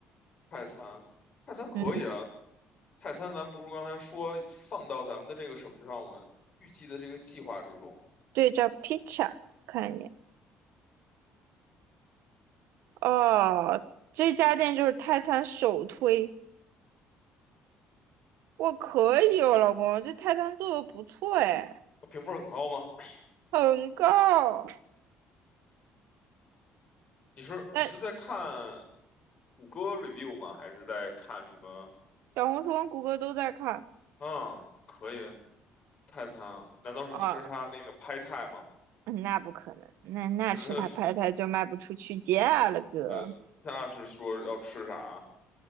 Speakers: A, on the left (about 35°); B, on the right (about 80°).
A: 泰餐？泰餐可以啊，
B: 嗯，
A: 泰餐咱不如刚才说放到咱们的这个什么上吗？预计的这个计划之中，
B: 对照 pizza 看一眼。哦，这家店就是泰餐首推。我可以哦，老公，这泰餐做的不错哎，
A: 评分很高吗？<coughs>
B: 很高。
A: <clears throat> 你是你是在看
B: 那
A: 谷歌 review 吗？还是在看什么？
B: 小红书跟谷歌都在看
A: 嗯，可以，泰餐啊，难道是吃它那个
B: 啊，
A: p 泰吗？
B: 嗯那不可能，那那吃它拍它就卖不出去价了哥。
A: <laughs> 那呃，那是说要吃啥啊？